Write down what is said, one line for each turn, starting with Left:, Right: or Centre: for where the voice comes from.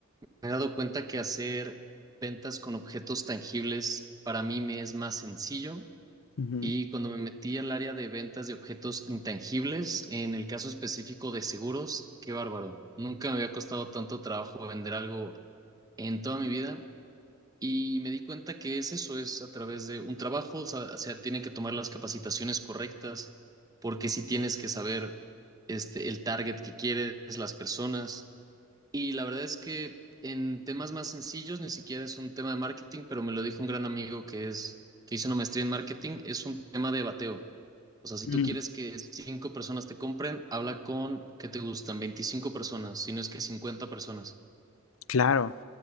Right: Me he dado cuenta que hacer ventas con objetos tangibles para mí me es más sencillo
Left: Ujú.
Right: y cuando me metí al área de ventas de objetos intangibles, en el caso específico de seguros, qué bárbaro. Nunca me había costado tanto trabajo vender algo en toda mi vida y me di cuenta que es eso, es a través de un trabajo, o sea, o sea, tienen que tomar las capacitaciones correctas porque si tienes que saber este, el target que quieres, las personas. Y la verdad es que en temas más sencillos, ni siquiera es un tema de marketing, pero me lo dijo un gran amigo que es, que hizo una maestría en marketing, es un tema de bateo. O sea, si
Left: Mm,
Right: tú quieres que cinco personas te compren, habla con, ¿qué te gustan? 25 personas, si no es que 50 personas.
Left: claro,